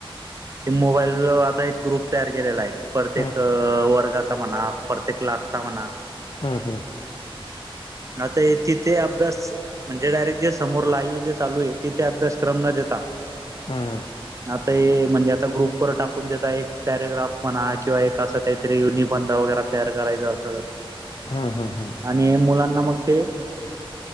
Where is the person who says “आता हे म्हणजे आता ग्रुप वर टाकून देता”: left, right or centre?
Right